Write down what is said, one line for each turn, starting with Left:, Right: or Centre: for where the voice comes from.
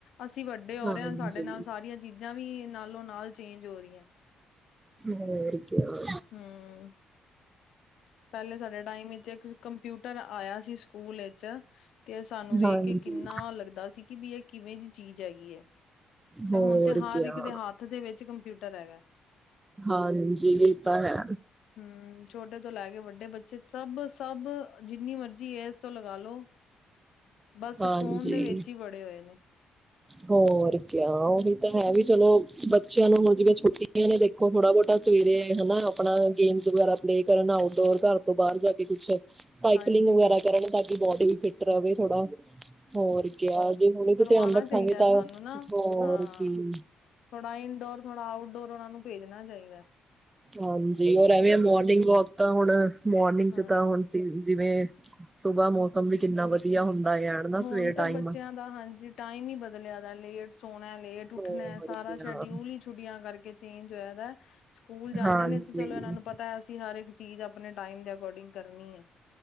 Left: ਅਸੀਂ ਵੱਡੇ ਹੋ
Right: ਹਾਂਜੀ
Left: ਰੇ ਆ ਸਾਡੇ ਨਾਲ ਸਾਰੀਆਂ ਚੀਜ਼ਾਂ ਵੀ ਨਾਲੋਂ ਨਾਲ ਚੇਂਜ ਹੋ ਰੀ ਐ।
Right: ਹੋਰ ਕਿਆ।
Left: ਹੂੰ। ਪਹਿਲੇ ਸਾਡੇ ਟਾਈਮ ਵਿੱਚ ਇੱਕ ਕੰਪਿਊਟਰ ਆਇਆ ਸੀ ਸਕੂਲ ਵਿਚ 'ਤੇ ਸਾਨੂੰ ਵੇਖ
Right: ਹਾਂਜੀ
Left: ਕੇ ਕਿੰਨਾ ਲੱਗਦਾ ਸੀ ਕਿ ਵੀ ਏ ਕਿਵੇਂ ਦੀ ਚੀਜ਼ ਹੈਗੀ ਐ 'ਤੇ
Right: ਹੋਰ
Left: ਹੁਣ 'ਤੇ ਹਰ
Right: ਕਿਆ
Left: ਇੱਕ ਦੇ ਹੱਥ ਦੇ ਵਿੱਚ ਕੰਪਿਊਟਰ ਹੈਗਾ।
Right: ਹਾਂਜੀ ਏ ਤਾਂ ਹੈ।
Left: ਹੂੰ ਛੋਟੇ ਤੋਂ ਲੈ ਕੇ ਵੱਡੇ ਬੱਚੇ ਸਭ-ਸਭ ਜਿੰਨੀ ਮਰਜ਼ੀ ਏਜ਼ ਤੋਂ ਲਗਾਲੋ ਬਸ
Right: ਹਾਂਜੀ
Left: ਫ਼ੋਨ ਦੇ ਵਿੱਚ ਈ ਵੜੇ ਹੋਏ ਨੇ।
Right: ਹੋਰ ਕੇਆ ਉਹੀ ਤਾਂ ਹੈ ਵੀ ਚਲੋ ਬੱ ਚਿਆਂ ਨੂੰ ਮੁਜਵੇ ਛੁੱਟੀਆਂ ਨੇ ਦੇਖੋ ਥੋੜਾ-ਬੋਤਾ ਸਵੇਰੇ ਹਨਾ ਆਪਣਾ ਗੇਮਜ਼ ਵਗੈਰਾ ਪਲੇਅ ਕਰਨ, ਆਊਟਡੋਰ ਘਰ ਤੋਂ ਬਾਹਰ ਜਾ ਕੇ ਕੁਛ ਸਾਈਕਲਿੰਗ
Left: ਹਾਂਜੀ-ਹਾਂਜੀ,
Right: ਵਗੈਰਾ ਕਰਨ ਤਾਂ ਕਿ ਬੋਡੀ ਵੀ ਫਿਟ ਰਵੇ ਥੋੜਾ। ਹੋਰ ਕੇਆ ਜੇ ਹੁਣੇ ਤੋਂ
Left: ਕਰਵਾਣਾ
Right: ਧਿਆਨ ਰੱਖਾਂਗੇ
Left: ਚਾਹੀਦਾ
Right: ਤਾਂ
Left: ਸਾਨੂੰ ਨਾ
Right: ਹੋਰ
Left: ਹਾਂ,
Right: ਕੀ।
Left: ਥੋੜਾ ਇਨਡੋਰ, ਥੋੜਾ ਆਊਟਡੋਰ ਉਨਾਂ ਨੂੰ ਭੇਜਣਾ ਚਾਈਦਾ।
Right: ਹਾਂਜੀ ਔਰ ਐਵੇਂ ਆ ਮੋਰਨਿੰਗ ਵਾਕ ਤਾਂ ਹੁਣ ਮੋਰਨਿੰਗ 'ਚ
Left: ਹਾਂ,
Right: ਤਾਂ ਹੁਣ ਸੀ ਜਿਵੇਂ ਸੁਬਾ ਮੌਸਮ ਵੀ ਕਿੰਨਾ ਵਧੀਆ ਹੁੰਦਾ ਆ। ਹਨਾ ਸਵੇਰ
Left: ਹੁਣ
Right: ਟਾਈਮ
Left: 'ਤੇ ਬੱਚਿਆਂ ਦਾ, ਹਾਂਜੀ ਟਾਈਮ ਈ ਬਦਲਿਆ ਦਾ ਲੇਟ ਸੋਣਾ, ਲੇਟ ਉੱਠਣਾ
Right: ਹੋਰ
Left: ਸਾਰਾ
Right: ਕਿਆ
Left: ਸ਼ਡਿਊਲ ਈ ਛੁੱਟੀਆਂ ਕਰਕੇ ਚੇਂਜ ਹੋਇਆ ਦਾ, ਸਕੂਲ ਜਾਂਦੇ
Right: ਹਾਂਜੀ
Left: ਨੇ 'ਤੇ ਚਲੋ ਏਨਾਂ ਨੂੰ ਪਤਾ ਅਸੀਂ ਹਰ ਇੱਕ ਚੀਜ਼ ਆਪਣੇ ਟਾਈਮ ਦੇ ਅਕੋਰਡਿੰਗ ਕਰਨੀ ਏ।